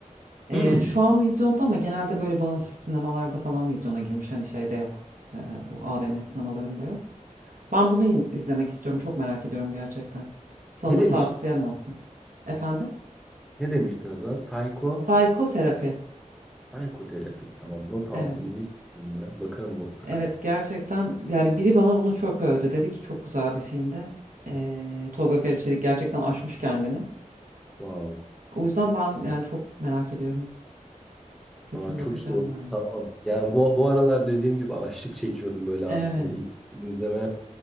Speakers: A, on the right (about 75°); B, in the centre.
A: Ee,
B: Hmm,
A: şu an vizyonda ama genelde böyle bağımsız sinemalarda falan vizyona girmiş. Hani şeyde yok. Ee, bu AVM sinemalarında yok. Ben bunu in- izlemek istiyorum. Çok merak ediyorum gerçekten. Sana
B: ne
A: da
B: demiştin?
A: tavsiyem olsun. Efendim?
B: Ne demiştin adına? Psycho
A: Psikoterapi.
B: Psikoterapi Tamam. Not aldım.
A: Evet.
B: İzleyeceğim ya. Bakarım mutlaka.
A: Evet gerçekten yani biri bana bunu çok övdü. Dedi ki çok güzel bir filmdi. Ee, Tolga Karaçelik gerçekten aşmış kendini.
B: Wow.
A: O yüzden ben yani çok merak ediyorum. Kesin
B: Aa, çok
A: bakacağım
B: iyi oldu.
A: ben de.
B: Tamam. Yani bu, bu aralar dediğim gibi açlık çekiyordum böyle aslında.
A: Evet.
B: İlk film izleme.